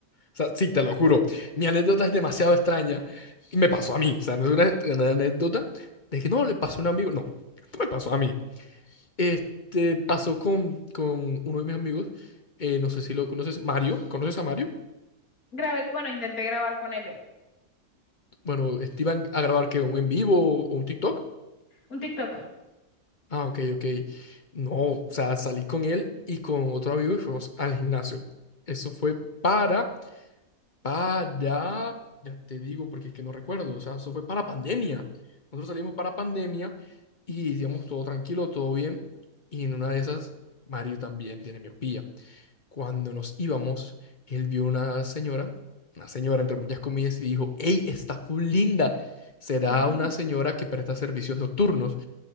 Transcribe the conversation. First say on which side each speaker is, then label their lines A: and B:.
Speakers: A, on the left; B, on the left.
A: O sea, sí, te lo juro, mi anécdota es demasiado extraña y me pasó a mí. O sea, no es una, una anécdota de que no le pasó a un amigo, no, esto me pasó a mí. Este, pasó con, con uno de mis amigos, eh, no sé si lo conoces, Mario, ¿conoces a Mario?
B: Grabé, bueno, intenté grabar con él hoy.
A: Bueno, este, ¿iban a grabar que un en vivo o un TikTok?
B: Un TikTok.
A: Ah, ok, ok. No, o sea, salí con él y con otro amigo y fuimos al gimnasio. Eso fue para para, ya te digo porque es que no recuerdo, o sea, eso fue para pandemia. Nosotros salimos para pandemia y digamos todo tranquilo, todo bien. Y en una de esas, Mario también tiene miopía. Cuando nos íbamos, él vio una señora, una señora entre muchas comillas, y dijo, ¡Ey, está full linda! Será
B: <laughs>
A: una señora que presta servicios nocturnos.